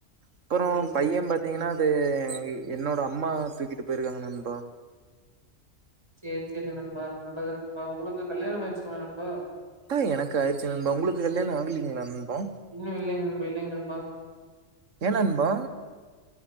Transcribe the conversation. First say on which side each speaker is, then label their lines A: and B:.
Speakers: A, on the right (about 75°); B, on the right (about 20°).
A: அப்பற
B: சேரி சேரி
A: பைய பாத்தீங்கன்னா அது என்னோட அம்மா தூக்கிட்டு போயிருக்காங்க நன்பா
B: சேரி சேரி ந நல்லது நண்பா உனக்கு கல்யாண ஆயி ம்ப
A: தா எனக்கு ஆயிச்சு நன்பா உங்களுக்கு கல்யாண ஆகலீங்களா நண்பா
B: இன்னு இல்லைங்க நண்பா இல்லைங்க நண்பா
A: ஏனன்பா